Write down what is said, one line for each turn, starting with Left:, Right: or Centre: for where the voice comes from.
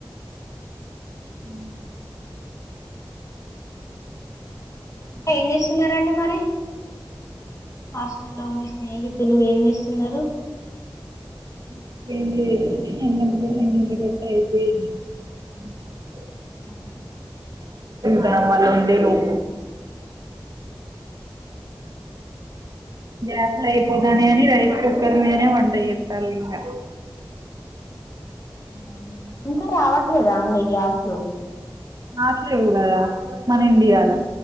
Right: హమ్
Left: ఏం చేస్తున్నారండి మరి హాస్టల్లో మీ స్నేహితులు ఏం చేస్తున్నారు
Right: <inaudible>
Left: ఆ
Right: దా వాళ్ళు ఉండే లోపు గ్యాస్ అయిపోతానే అని రైస్ కుక్కర్ మీదనే వంట చేస్తారు ఇంకా
Left: అవునా ఇంకా రావట్లేదా అండి గ్యాస్లు
Right: రావట్లేదు కదా మన ఇండియా లో